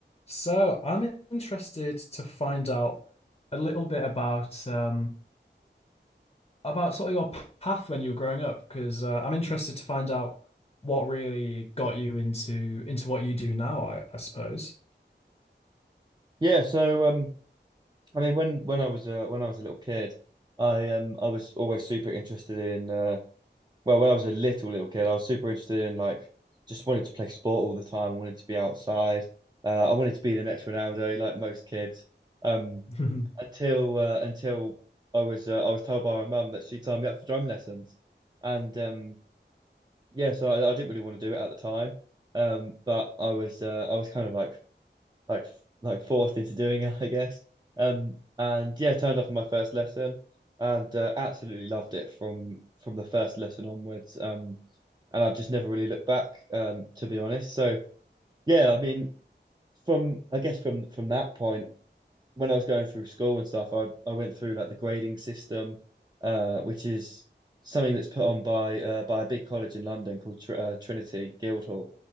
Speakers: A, on the left; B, on the right.
A: So I'm interested to find out a little bit about um about sort of your p- path when you were growing up, because uh, I'm interested to find out what really got you into into what you do now, I, I suppose.
B: Yeah, so um, I mean, when when I was uh, when I was a little kid, I um I was always super interested in uh well when I was a little little kid, I was super interested in like just wanted to play sport all the time. I wanted to be outside. Uh, I wanted to be the next Ronaldo, like most kids. Um,
A: <laughs>
B: until uh, until I was uh, I was told by my mum that she signed me up for drum lessons, and um yeah, so I, I didn't really want to do it at the time. Um, but I was uh, I was kind of like like like forced into doing it, I guess. Um, and yeah, turned up on my first lesson, and uh, absolutely loved it from from the first lesson onwards. Um, and I've just never really looked back, um, to be honest. So yeah, I mean, from I guess from from that point, when I was going through school and stuff, I I went through like the grading system, uh, which is something that's put on by uh, by a big college in London called Tr uh, Trinity Guildhall.